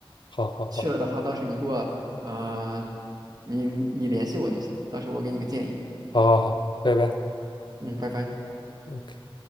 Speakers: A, on the left (about 55°); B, on the right (about 45°).
A: 好好好，
B: 去了的话，到时你给我，呃，你你联系我就行，到时候我给你个建议。
A: 好好好，拜拜。
B: 嗯，拜拜。
A: OK。